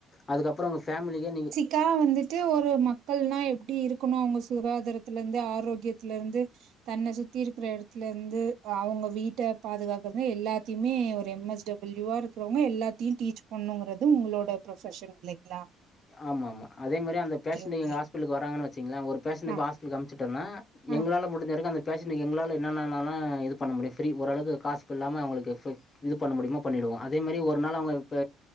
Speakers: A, on the left; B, on the right.
A: அதுக்கப்புற உங்க பேமிலிக்கே நீங்க
B: க வந்துட்டு ஒரு மக்கள்னா எப்டி இருக்கணு அவுங்க சுகாதாரத்துல இருந்து ஆரோக்கிய த்துல இருந்து தன்ன சுத் த்தி இருக்கிற எடத்துல இருந்து அவுங்க வீட்ட பாதுகாக்கறதுனு எல்லாத்தையுமே ஒரு எம் எஸ் டபிள்யூ ஆர் க்கறவுங்க எல்லாத்தையு டீச் பண்ணுங்குறது ஒங்களோட ப்ரொபஷன் இல்லைங்ளா
A: ஆமா ஆமா அதே மாரி அந்த பேஷண்டு
B: ஓகே.
A: எங்க ஹாஸ்பலுக்கு வராங்கன்னு வச்சீங்களே ஒரு பேஷண்டு இப்போ
B: அ,
A: ஆஸ் பிலுக்கு அமிச்சுட்டோனா
B: அ,
A: எங்களால முடிஞ்ச அரைக்கு அந்த பேஷண்டக்கு எங்களால என்னென்னனாலு இது பண்ண முடியு ஃப்ரீ ஓரளவுக்கு காசு ப இல்லாம அவுங்களுக்கு ஃபி இது பண்ண முடியுமா பண்ணிடுவோ அதே மாரி ஒரு நாள் அவுங்க இப்ப